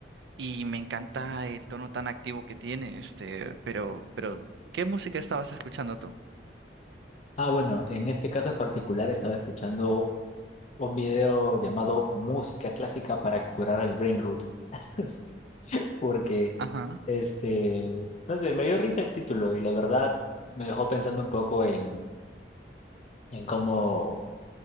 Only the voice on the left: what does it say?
Ah, bueno, en este caso en particular estaba escuchando un video llamado Música Clásica para curar el brain rot. <laughs> Porque,
este, no sé, me dio risa el título y la verdad me dejó pensando un poco en, en cómo